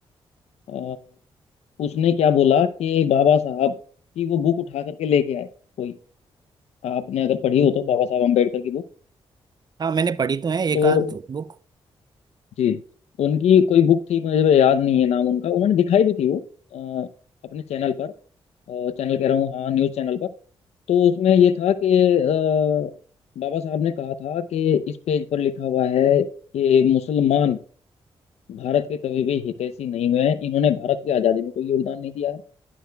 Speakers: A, on the left; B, on the right.
A: अ, उसने क्या बोला कि बाबा साहब की वो बुक उठा करके लेके आए कोई आपने अगर पढ़ी हो तो बाबा साहब अम्बेडकर की बुक
B: हाँ मैंने पढ़ी तो है एक
A: तो
B: आध बुक
A: जी उनकी कोई बुक थी मुझे तो याद नहीं है नाम उनका उन्होंने दिखाई भी थी वो अ, अपने चैनल पर चैनल कह रहा हूँ हाँ न्यूज़ चैनल पर तो उसमें ये था कि अ, बाबा साहब ने कहा था कि इस पेज पर लिखा हुआ है कि मुसलमान भारत के कभी भी हितैषी नहीं हुए हैं इन्होंने भारत की आज़ादी में कोई योगदान नहीं दिया है